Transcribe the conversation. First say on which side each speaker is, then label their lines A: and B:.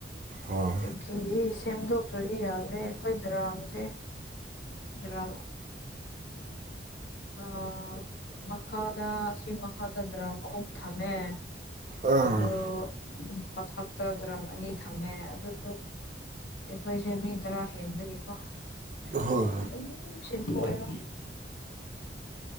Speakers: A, on the right (about 45°); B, on the left (about 75°).
A: ꯑꯣ
B: ꯑꯗꯒꯤ ꯁꯦꯝꯗꯣꯛꯇ꯭ꯔꯗꯤ ꯌꯥꯗ꯭ꯔꯦ ꯑꯩꯈꯣꯏ ꯗꯔꯥꯥꯡꯁꯦ ꯑꯗꯨ ꯑ ꯑ ꯃꯈꯥꯗ ꯑꯁꯤ ꯃꯈꯥꯗ ꯗ꯭ꯔꯝ ꯑꯍꯨꯝ ꯊꯝꯃꯦ
A: ꯑꯥ
B: ꯑꯣ ꯃꯊꯛꯇ ꯗ꯭ꯔꯝ ꯑꯅꯤ ꯊꯝꯃꯦ ꯑꯗꯨꯁꯨ ꯑꯩꯈꯣꯏꯁꯦ ꯃꯤ ꯇꯔꯥ ꯍꯦꯟꯕꯒꯤꯀꯣ
A: ꯍꯣꯏ
B: ꯑꯗꯨꯝ ꯁꯤꯟꯗꯣꯛꯑꯦꯕ